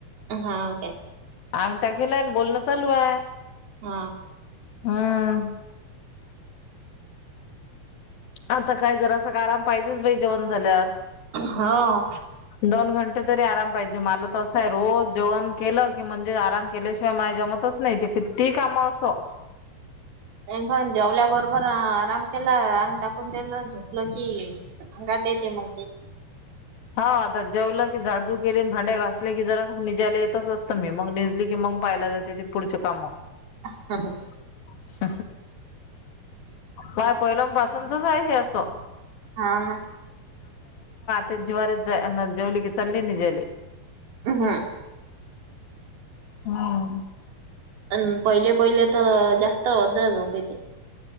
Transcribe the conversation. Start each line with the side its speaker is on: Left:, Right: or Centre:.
Right: हाव काय?
Left: अंगठा केलाय आणि बोलणं चालू आय.
Right: हां.
Left: हां. आता काय जरा सका आराम पाहिजेच बाई जेवण झाल्यावर.
Right: हो
Left: दोन घंटे तरी आराम पाहिजे, मला तसं आहे, रोज जेवण केलं की म्हणजे आराम केल्याशिवाय माय जमतच नाही ते किती कामं असो
Right: मी पण जेवल्या बरोबर आराम केला, अंग टाकून देलं झोपलो की अंगात येते मंग ते
Left: हा आता जेवलं की झाडजूड केले अन भांडे् घासले की जरा सक निजायला येतच त मी मग निजली की मंग पायल जाते ते पुढचे काम
Right: <inaudible>
Left: <inaudible> माय पहिल्या पासूनचच आय हे असं.
Right: हाव ना.
Left: ते जिवार जाय जेवली की चाली निजायले.
Right: हं.
Left: हम्म.
Right: अ न पहिले पहिले त जास्त अद्र झोप येते.